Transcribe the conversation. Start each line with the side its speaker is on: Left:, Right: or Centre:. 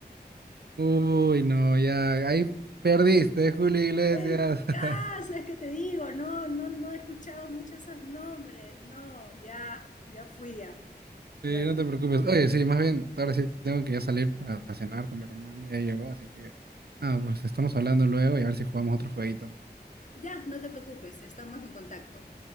Right: Uy, no, ya ahí perdiste, Julio Iglesias.
Left: El
Right: <laughs>
Left: caso es que te digo, no, no, no he escuchado muchos esos nombres. No, ya, ya fui ya.
Right: Sí,
Left: Bueno,
Right: no te preocupes. Oye, sí, más bien, ahora sí tengo que ya salir para cenar con mi hermano, ya llegó, así que, ah, pues estamos hablando luego y a ver si jugamos otro jueguito.
Left: ya, no te preocupes, estamos en contacto.